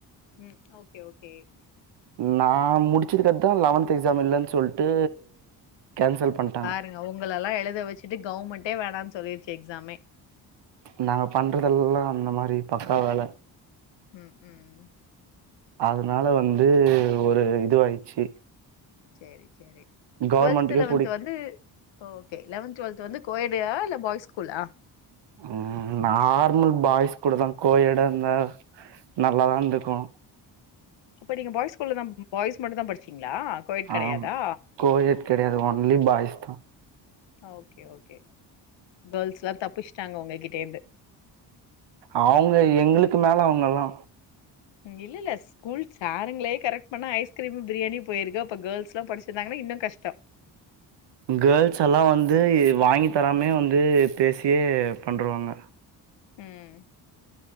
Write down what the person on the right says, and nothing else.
நா முடிச்சதுக்கத்தா லெவன்த்து எக்ஸாம் இல்லன் சொல்ட்டு கேன்சல் பண்
நாங்க பண்றதெல்லா அந்த மாரி பக்கா வேல
அதனால வந்து ஒரு இதுவாயிச்சு
கவர்மெண்ட்டுக்கே
புடிக்
ம் நார்மல் பாய்ஸ் கூட தா கோயடா இந்த நல்லா தா இருந்துக்கோ
ஆமா கோயேட் கடையாது ஒன்லி பாய்ஸ் தா
அவுங்க எங்களுக்கு மேல அவுங்களா
கேர்ள்ஸ் எல்லா வந்து வாங்கி தராமே வந்து பேசியே பண்ருவாங்க